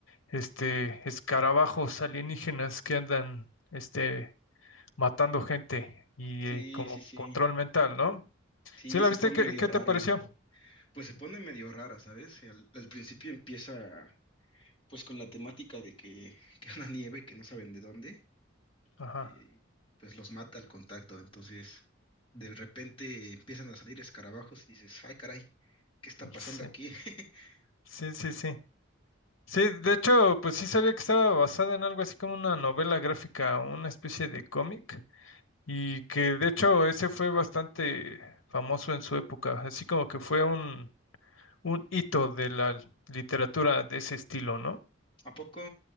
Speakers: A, on the left; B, on the left.
A: este escarabajos alienígenas que andan este matando gente y
B: Sí,
A: eh, como
B: sí, sí.
A: control mental, ¿no?
B: Sí,
A: ¿Sí la
B: se
A: viste?
B: pone
A: ¿Qué,
B: medio
A: qué
B: raro.
A: te pareció?
B: Pues se pone medio rara, ¿sabes? Al, al principio empieza pues con la temática de que, <laughs> que una nieve que no saben de dónde,
A: Ajá.
B: eh, pues los mata al contacto. Entonces, de repente empiezan a salir escarabajos y dices, ay, caray, ¿qué está pasando
A: Sí.
B: aquí? <laughs>
A: Sí, sí, sí. Sí, de hecho, pues sí sabía que estaba basada en algo así como una novela gráfica o una especie de cómic y que de hecho ese fue bastante famoso en su época, así como que fue un un hito de la literatura de ese estilo, ¿no?
B: ¿A poco?